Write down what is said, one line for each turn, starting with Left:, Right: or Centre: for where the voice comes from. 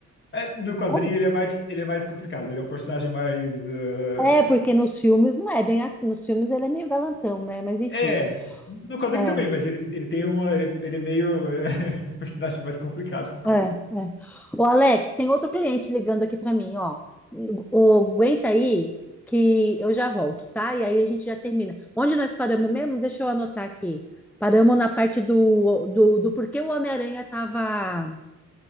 Left: É, No quadrinho
Centre: Como-
Left: ele é mais, ele é mais complicado, ele é um personagem mais. eh,
Centre: É, porque nos filmes não é bem assim. Nos filmes ele é meio galantão, né? Mas enfim.
Left: É, no quadrinho
Centre: é.
Left: também, mas ele, ele tem uma. Ele, ele é meio. <laughs> eh, um personagem mais complicado no quadrinho.
Centre: É, é. Ô, Alex, tem outro cliente ligando aqui para mim, ó. O, aguenta aí que eu já volto, tá? E aí a gente já termina. Onde nós paramos mesmo? Deixa eu anotar aqui. Paramos na parte do, do, do porquê o Homem-Aranha tava,